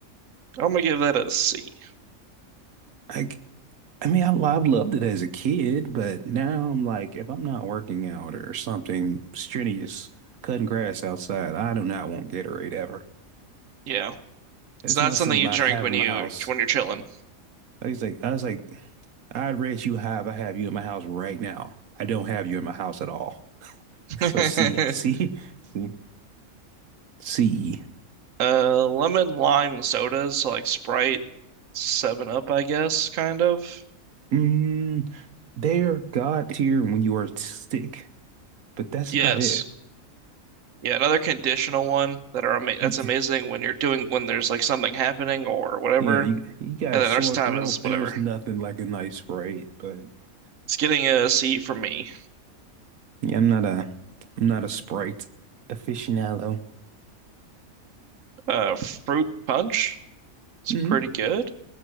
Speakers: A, on the right (about 70°); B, on the right (about 80°).
A: I'm gonna give that a C.
B: Like, I mean, I, I loved it as a kid, but now I'm like, if I'm not working out or something strenuous, cutting grass outside, I do not want Gatorade ever.
A: Yeah.
B: It's
A: It's not
B: not
A: something
B: something
A: you
B: I
A: drink
B: have
A: when
B: in
A: you
B: my house.
A: when you're chilling.
B: I was like, I was like, I'd rate you high if I have you in my house right now. I don't have you in my house at all.
A: <laughs>
B: So see, <laughs> see, see, see.
A: Uh lemon lime sodas, so like Sprite, 7 Up, I guess, kind of.
B: Mm, they're God tier when you are sick, but that's
A: Yes.
B: about it.
A: Yeah, another conditional one that are ama
B: Y-
A: that's amazing when you're doing when there's like something happening or whatever.
B: Yeah, you you got
A: And
B: a
A: then
B: sore
A: the rest
B: throat.
A: of the time is whatever.
B: There's nothing like a nice Sprite, but
A: It's getting a C for me.
B: yeah, I'm not a I'm not a Sprite aficionado.
A: Uh, fruit punch. It's
B: hmm
A: pretty good.